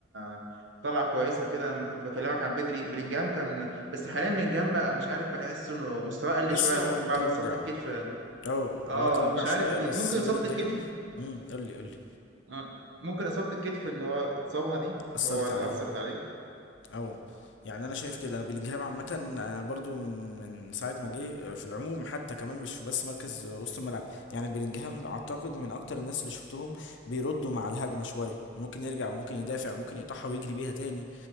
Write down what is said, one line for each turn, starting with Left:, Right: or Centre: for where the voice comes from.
Right: آه، طالع كويسة كده لما كنت بكلمك عن بدري بلينجهام كان بس حاليا بلينجهام بقى مش عارف بحسه إنه مستواه قل
Left: حسه
Right: شوية ممكن
Left: متراجع
Right: بعد إصابة الكتف
Left: اه
Right: اه
Left: هو تراجع
Right: مش
Left: شوية
Right: عارف ليه
Left: بس
Right: ممكن
Left: بيلينجهام
Right: اصابة الكتف
Left: امم قول لي قول لي
Right: آه. ممكن اصابة الكتف اللي هو اتصابها دي
Left: أثرت
Right: هو اللي
Left: عليه
Right: اثرت عليه
Left: اه يعني انا شايف كده انا بلينجهام عامه آه، برضو من من ساعه ما جه آه، في العموم حتى كمان مش في بس مركز آه، وسط الملعب يعني بلينجهام اعتقد من اكتر الناس اللي شفتهم بيردوا مع الهجمه شويه ممكن يرجع ممكن يدافع ممكن يقطعها ويجري بيها تاني